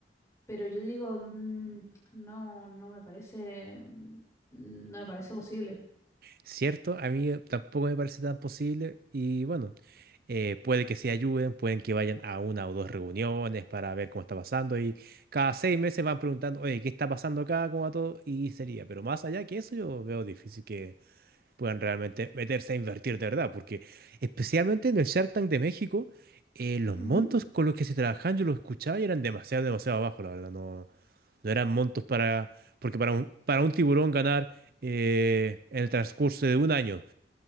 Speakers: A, on the left; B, on the right.
A: Pero yo digo, mm, no, no me parece, mm, no me parece posible.
B: ¿Cierto? A mí eh, tampoco me parece tan posible y bueno, eh, puede que se ayuden, pueden que vayan a una o dos reuniones para ver cómo está pasando y cada seis meses van preguntando, oye, ¿qué está pasando acá? ¿Cómo va todo? Y sería, pero más allá que eso yo veo difícil puedan realmente meterse a invertir de verdad, porque especialmente en el Shark Tank de México, eh, los
A: Ujú,
B: montos con los que se trabajaban, yo los escuchaba y eran demasiado, demasiado bajos, la verdad, no, no eran montos para, porque para un, para un tiburón ganar eh, en el transcurso de un año